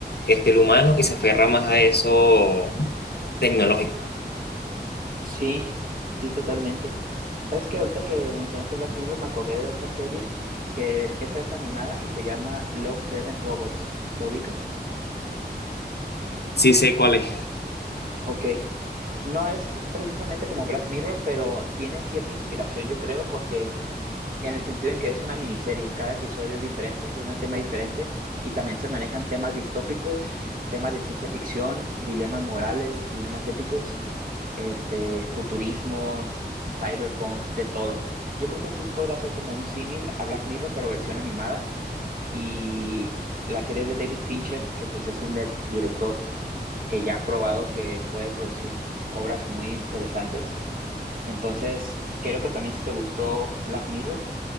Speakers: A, on the left; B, on the right.
A: este, el humano y se aferra más a eso tecnológico.
B: Sí, sí, totalmente. ¿Sabes qué? Ahorita que mencionaste Black Mirror, me acordé de otra serie que esa es animada y se llama Love, Dead and Robots. ¿Lo ubicas?
A: Sí sé cuál es.
B: Ok. No es precisamente como Black Mirror, pero tiene cierta inspiración, yo creo, porque en el sentido en que es una miniserie, cada episodio es diferente, de un tema diferente, y también se manejan temas distópicos, temas de ciencia ficción, dilemas morales, dilemas éticos, este, futurismo, cyberpunk, de todo. Yo creo que sí podrá ser como un símil a Black Mirror, pero versión animada, y la serie de David Fincher, que pues es un net- director que ya ha probado que puede producir obras muy interesantes. Entonces, creo que también si te gustó Black Mirror,